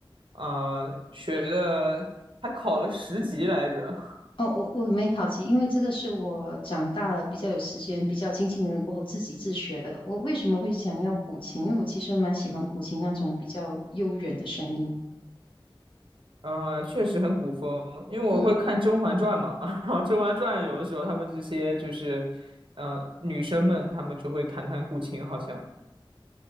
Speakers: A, on the right; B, on the left.
A: 呃学的还考了十级来着。
B: 哦，我我没考级，因为这个是我长大了比较有时间、比较经济能力过后自己自学的。我为什么会想要古琴？因为我其实蛮喜欢古琴那种比较悠远的声音。
A: 嗯，确实很古风，因为我会看《甄嬛传》嘛，
B: 嗯，
A: <laughs> 然后《甄嬛传》有的时候他们这些就是，嗯，女生们她们就会弹弹古琴，好像